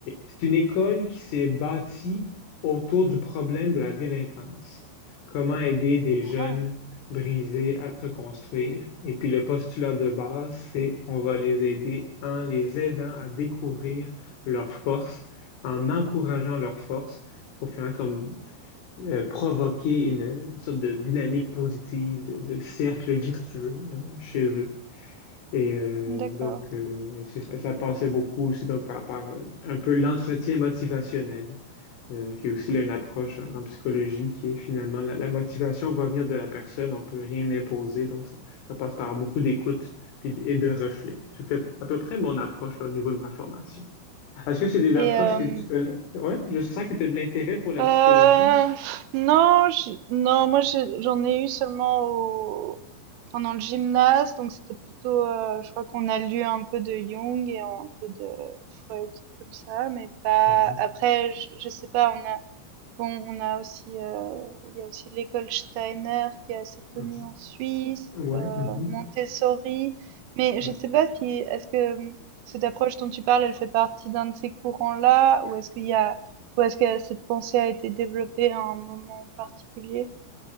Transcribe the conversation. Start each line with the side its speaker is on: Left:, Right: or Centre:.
Left: c'est une école qui s'est bâtie autour du problème de la délinquance. Comment aider des jeunes
Right: Ah,
Left: brisés à se reconstruire. Et puis le postulat de base, c'est on va les aider en les aidant à découvrir leurs forces, en encourageant leurs forces pour finalement comme euh, provoquer une sorte de dynamique positive, de, de cercle virtueux euh, chez eux. Et euh,
Right: d'accord.
Left: donc, euh, c'est- ça passait beaucoup aussi donc, par, par euh, un peu l'entretien motivationnel, euh, qui est aussi là, une approche en, en psychologie qui est finalement la, la motivation va venir de la personne, on peut rien imposer, donc ça, ça passe par beaucoup d'écoute puis d- et de reflets. C'était à peu près mon approche là, au niveau de ma formation. Est-ce que c'est des
Right: Et
Left: approches
Right: euh,
Left: que tu connais? Ouais, je sens que tu as de l'intérêt pour la
Right: euh,
Left: psychologie.
Right: pff, non, je- non, moi je- j'en ai eu seulement au, pendant le gymnase, donc c'était plutôt, euh, je crois qu'on a lu un peu de Jung et un peu de Freud comme ça, mais pas.
Left: Mhm,
Right: Après, je, je sais pas, on a Bon, on a aussi, euh, il y a aussi l'école Steiner qui est assez
Left: mhm.
Right: connue en Suisse,
Left: Ouais,
Right: euh,
Left: mhm,
Right: Montessori. Mais
Left: ouais.
Right: je ne sais pas si, est-ce que hum, cette approche dont tu parles, elle fait partie d'un de ces courants-là, ou est-ce qu'il y a, ou est-ce que cette pensée a été développée à un moment particulier,